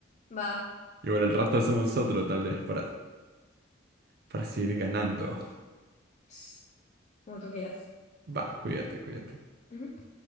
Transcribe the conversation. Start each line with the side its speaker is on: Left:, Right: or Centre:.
Left: va,
Right: Igual al rato hacemos otro, tal vez, para, para seguir ganando.
Left: ps, como tú quieras.
Right: Va, cuídate, cuídate.
Left: Ujú.